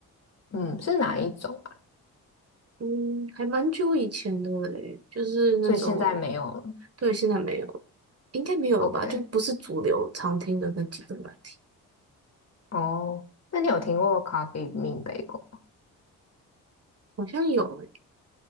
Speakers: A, on the left (about 40°); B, on the right (about 40°).
A: 嗯，是哪一种啊？
B: 嗯，还蛮久以前的嘞，就是那种，
A: 所以现在没有了。
B: 对，现在没有，应该没有了吧？
A: OK，
B: 就不是主流常听的那几个软题，
A: 哦，那你有听过 Coffee Bean b a g e 吗？
B: 好像有诶，